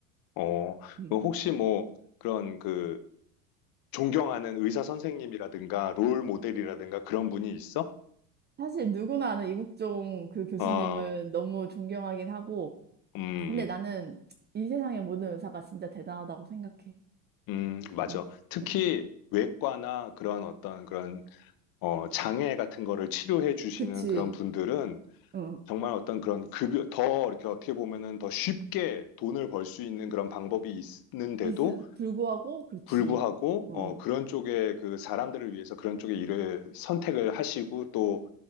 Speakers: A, on the left; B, on the right.
A: 어,
B: 음.
A: 뭐 혹시 뭐 그런 그 존경하는 의사 선생님이라든가 롤 모델이라든가 그런 분이 있어?
B: 사실 누구나 아는 이국종 그 교수님은
A: 어,
B: 너무 존경하긴 하고,
A: 음,
B: 근데 나는
A: 음,
B: 이 세상의 모든 의사가 진짜 대단하다고 생각해.
A: 음. 맞아.
B: 응,
A: 특히
B: 어,
A: 외과나 그런 어떤 그런 어, 장애 같은 거를 치료해 주시는
B: 그치.
A: 그런 분들은
B: 응.
A: 정말 어떤 그런 급여, 더 이렇게 어떻게 보면은 더 쉽게 돈을 벌 수 있는 그런 방법이 있는데도
B: 있음 불구하고, 그렇지.
A: 불구하고,
B: 응,
A: 어,
B: 응.
A: 그런 쪽에 그 사람들을 위해서 그런 쪽의 일을 선택을 하시고 또,